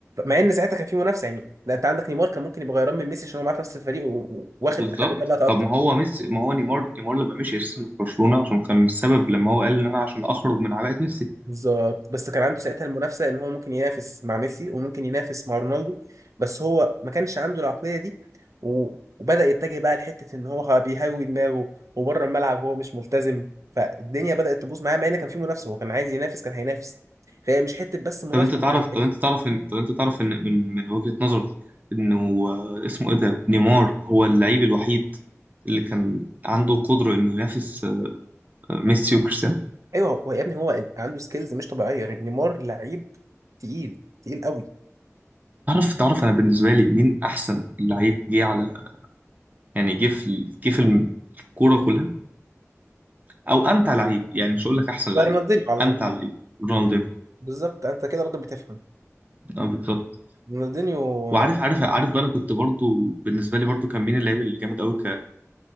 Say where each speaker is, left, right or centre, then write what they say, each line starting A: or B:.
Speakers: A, on the right; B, on the right.
A: مع ان ساعتها كان في منافسه يعني لا انت عندك نيمار كان ممكن يبقى غيران من ميسي عشان هو معاه في نفس الفريق و- و- واخد
B: اه بالظبط
A: لحد ما لا اكتر
B: طب ما هو ميسي ما هو نيمار نيمار لما مشي اساسا من برشلونة عشان كان السبب لما هو قال ان انا عشان اخرج من عباءة ميسي
A: بالظبط بس كان عنده ساعتها المنافسه ان هو ممكن ينافس مع ميسي وممكن ينافس مع رونالدو بس هو ما كانش عنده العقليه دي و- وبدا يتجه بقى لحته ان هو بيهوي دماغه وبره الملعب هو مش ملتزم فالدنيا بدات تبوظ معاه مع ان كان في منافسه هو كان عايز ينافس كان هينافس فهي مش حته بس منافسه
B: طب انت تعرف
A: على اللعيب
B: طب انت تعرف ان طب انت تعرف ان من, من وجهة نظري انه آه، اسمه ايه ده نيمار هو اللعيب الوحيد اللي كان عنده القدرة انه ينافس آه، ميسي وكريستيانو
A: ايوه هو يا ابني هو عنده سكيلز مش طبيعيه نيمار لعيب تقيل تقيل قوي
B: تعرف تعرف انا بالنسبة لي مين احسن لعيب جه على يعني جه في ال- جه في الم- في الكورة كلها او امتع لعيب يعني مش هقول لك احسن
A: يبقى
B: لعيب
A: رونالدينيو على طول
B: امتع لعيب رونالدينيو
A: بالظبط انت كده راجل بتفهم
B: اه بالظبط
A: رونالدينيو
B: وعارف
A: آه،
B: عارف عارف بقى انا كنت برضو بالنسبه لي برضو كان مين اللاعب الجامد قوي ك